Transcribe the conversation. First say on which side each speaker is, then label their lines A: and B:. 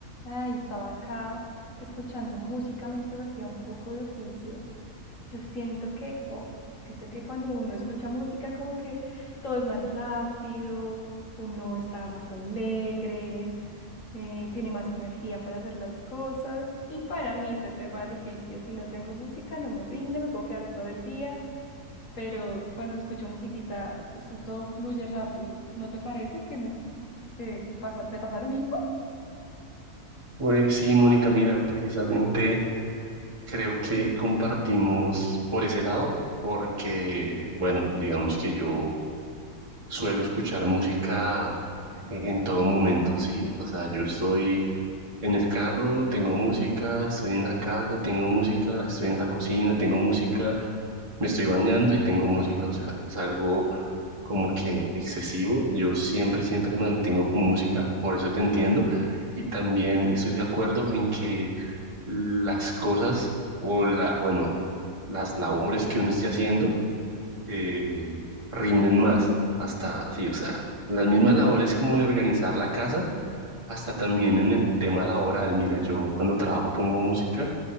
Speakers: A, on the left; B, on the right.
A: Ay, estaba acá escuchando música mientras hacía un poco de oficio. Yo siento que, o yo siento que cuando uno escucha música como que todo es más rápido, uno está más alegre, eh, tiene más energía para hacer las cosas. Y para mí este tema del oficio, si no tengo música no me rinde, me puedo quedar todo el día, pero cuando escucho musiquita eso todo fluye rápido. ¿No te parece que, que que pasa, te pasa lo mismo?
B: Pues sí, Mónica, mira, precisamente creo que compartimos por ese lado, porque, bueno, digamos que yo suelo escuchar música e-, en todo momento, sí, o sea, yo estoy en el carro tengo música, estoy en la casa, tengo música, estoy en la cocina, tengo música, me estoy bañando y tengo música. O sea, es algo como que excesivo. Yo siempre, siempre mantengo con música, por eso te entiendo. Y también estoy de acuerdo en que las cosas o la, bueno, las labores que uno esté haciendo eh, rinden más. Hasta, sí, o sea, las mismas labores como de organizar la casa hasta también en el tema laboral. Mira, yo cuando trabajo pongo música,